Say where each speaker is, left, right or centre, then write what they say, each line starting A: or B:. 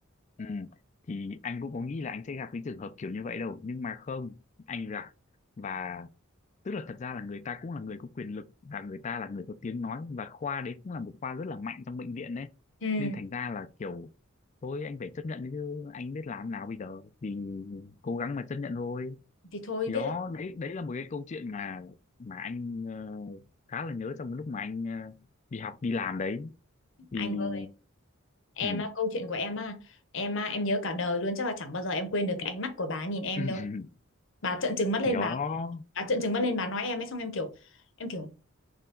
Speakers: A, on the left (about 35°); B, on the left (about 65°).
A: ừ thì anh cũng có nghĩ là anh sẽ gặp cái trường hợp kiểu như vậy đâu nhưng mà không anh gặp và tức là thật ra là người ta cũng là người có quyền lực và người ta là người có tiếng nói và khoa đấy cũng là một khoa rất là mạnh trong bệnh viện đấy
B: Ừ,
A: nên thành ra là kiểu thôi anh phải chấp nhận chứ anh biết làm nào bây giờ thì cố gắng mà chấp nhận thôi
B: thì thôi
A: thì
B: biết
A: đó
B: là
A: đấy đấy là một cái câu chuyện mà mà anh ờ, khá là nhớ trong cái lúc mà anh ờ, đi học đi làm đấy thì
B: Anh ơi, em
A: ừ.
B: á, câu chuyện của em á, em á, em nhớ cả đời luôn, chắc là chẳng bao giờ em quên được cái ánh mắt của bà nhìn em
A: <laughs>
B: đâu. Bà trợn trừng mắt
A: thì
B: lên
A: đó
B: bà, bà trợn trừng mắt lên bà nói em ấy xong em kiểu em kiểu